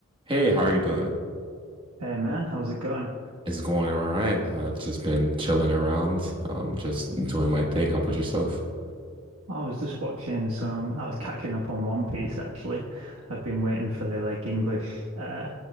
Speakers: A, on the right; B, on the right.
A: Hey, how are you doing?
B: Hey man, how's it going?
A: It's going all right. I've just been chilling around, um, just doing my thing. How about yourself? <laughs>
B: I was just watching some, I was catching up on One Piece actually. I've been waiting for the like English uh,